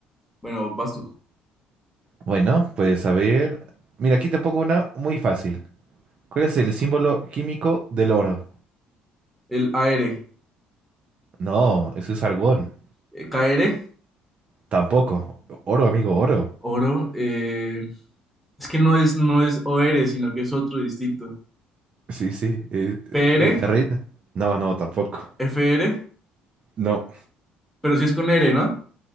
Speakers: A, in the centre; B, on the right.
A: Bueno, vas tú.
B: Bueno, pues a ver. Mira, aquí te pongo una muy fácil. ¿Cuál es el símbolo químico del oro?
A: El AR,
B: No, eso es argón.
A: eh, K r
B: Tampoco. Oro, amigo, oro.
A: oro, eh, es que no es, no es o r sino que es otro distinto.
B: Sí, sí. eh,
A: p r
B: eh, ¿Te reíste? No, no, tampoco.
A: f r
B: No,
A: pero sí es con R, ¿no?